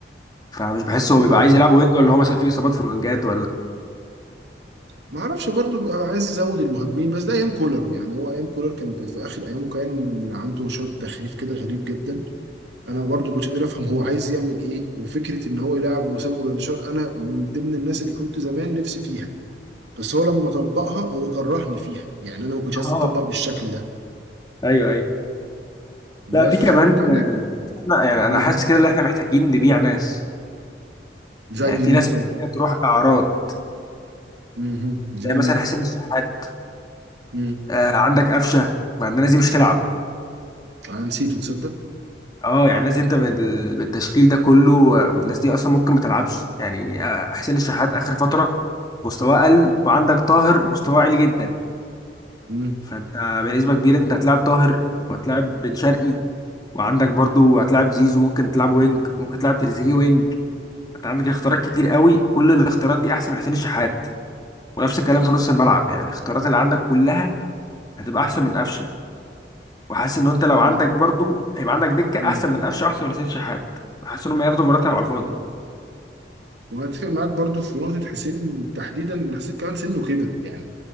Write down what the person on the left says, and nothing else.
فمش بحس هو بيبقى
عايز يلعب وينج ولا هو مثلا في اصابات في الوينجات
اه
ايوه ايوه لا
في كمان
احنا يعني انا
حاسس كده ان احنا محتاجين نبيع ناس
يعني في
ناس
كده تروح اعراض
زي مثلا
حسين الشحات
آه عندك قفشه مع ان الناس دي مش تلعب
اه يعني الناس دي انت بال- بالتشكيل ده كله آه، الناس دي اصلا ممكن ما تلعبش يعني آه حسين الشحات اخر فتره مستواه قل وعندك طاهر مستواه عالي جدا
فانت بنسبه كبيره انت هتلاعب طاهر وهتلاعب بن شرقي وعندك برضو هتلاعب زيزو ممكن تلعب وينج ممكن تلعب تريزيجيه وينج انت عندك اختيارات كتير قوي كل الاختيارات دي احسن من حسين الشحات ونفس الكلام في نص الملعب يعني الاختيارات اللي عندك كلها هتبقى احسن من قفشه وحاسس ان انت لو عندك
برضو هيبقى عندك دكه
احسن من قفشه واحسن من حسين الشحات حاسس انهم هياخدوا مرتب على الفاضي